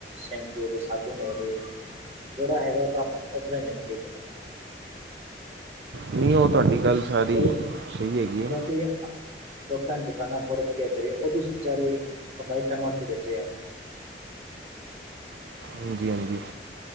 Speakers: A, on the right (about 35°); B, on the right (about 75°).
A: ਸ਼ੈਂਪੂ ਹੋ ਗਏ, ਸਾਬੁਨ ਹੋ ਗਏ ਜਿਹੜਾ ਹੈਗਾ ਉਹ ਤਾਂ, ਆਪਾਂ ਨੂੰ ਔਫਲਾਈਨ ਲੈਣਾ ਚਾਹੀਦਾ।
B: ਨਹੀਂ ਉਹ
A: ਕਿਉਂਕਿ
B: ਤੁਹਾਡੀ ਗੱਲ ਸਾਰੀ
A: ਕਈ,
B: ਸਹੀ ਹੈਗੀ
A: ਕਿਉਂਕਿ
B: ਹੈ
A: ਲੋਕਾਂ ਦੁਕਾਨਾਂ ਖੋਰ ਕੇ ਕਰੇ, ਉਹ ਵੀ ਵਿਚਾਰੇ ਕਮਾਈ ਕਰਨ ਵਾਸਤੇ ਬੈਠੇ ਆ।
B: ਹਾਂਜੀ -ਹਾਂਜੀ।